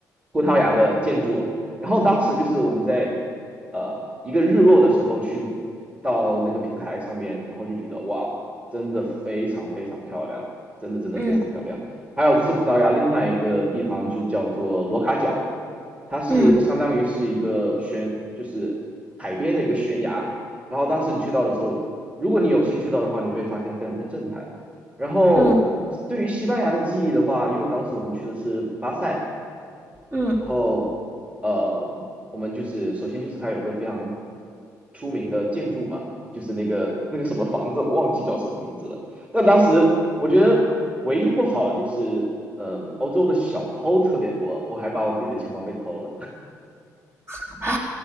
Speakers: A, on the right (about 15°); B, on the right (about 35°).
A: 葡萄牙的建筑。然后当时就是我们在呃一个日落的时候去到那个平台上面，然后就觉得哇，真的非常非常漂亮，真的真的非常漂亮。
B: 嗯嗯
A: 还有就是葡萄牙另外一个地方就叫做罗卡角，它是相当于是一个悬，
B: 嗯
A: 就是海边的一个悬崖。然后当时你去到的时候，如果你有幸去到的话，你会发现非常的震撼。然后对于西班牙的记忆的话，
B: 嗯
A: 因为当时我们去的是巴塞，
B: 嗯。嗯嗯
A: 然后，呃，我们就是首先就是它有个非常出名的建筑嘛，就是那个那个什么房子，我忘记叫什么名字了。但当时我觉得唯一不好的就是，嗯、欧洲的小偷特别多，我还把我自己的钱包被偷了。
B: <sighs> 啊，